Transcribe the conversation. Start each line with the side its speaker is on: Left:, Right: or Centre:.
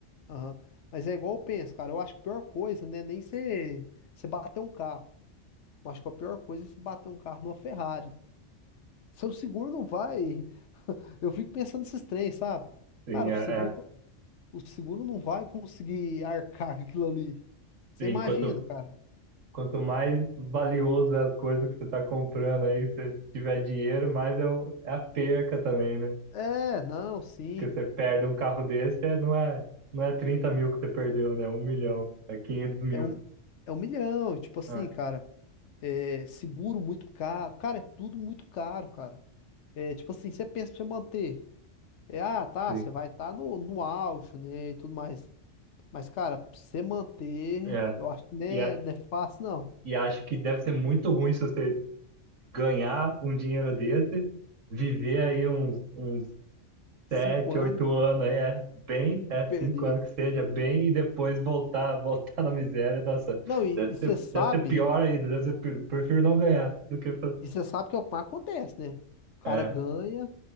Left: aham. Mas é igual eu penso, cara. Eu acho que a pior coisa, né? Nem você você bater um carro. Eu acho que a pior coisa é você bater um carro numa Ferrari. Seu seguro não vai. Eu fico pensando nesses trens, sabe?
Right: Sim,
Left: Cara,
Right: é,
Left: o seguro,
Right: é.
Left: o seguro não vai conseguir arcar com aquilo ali. Você
Right: Sim,
Left: imagina,
Right: quanto,
Left: cara?
Right: quanto mais valioso é a coisa que você está comprando aí, se você tiver dinheiro, mais é, o, é a perca também, né?
Left: É, não, sim.
Right: Porque você perde um carro desse, é, não é, não é 30 mil que você perdeu, né? Um milhão, é quinhentos mil.
Left: É um, é um milhão. Tipo assim,
Right: Ah,
Left: cara. é, seguro muito caro. Cara, é tudo muito caro, cara. É, tipo assim, você pensa pra você manter. É, ah, tá,
Right: sim.
Left: você vai estar no, no auge, né? E tudo mais. Mas, cara, pra você manter,
Right: É.
Left: eu acho que não
Right: E,
Left: é,
Right: a-
Left: não é fácil, não.
Right: e acho que deve ser muito ruim se você ganhar um dinheiro desse, viver aí uns, uns
Left: Cinco
Right: sete, oito
Left: anos
Right: anos aí, é bem, é
Left: e perder.
Right: cinco anos que seja, bem, e depois voltar, <laughs> voltar na miséria, nossa,
Left: Não, e,
Right: deve
Left: e
Right: ser,
Left: você sabe,
Right: deve ser pior ainda, deve ser, pi- prefiro não ganhar do que, fa-
Left: e você sabe que é o que mais acontece, né? O cara
Right: é,
Left: ganha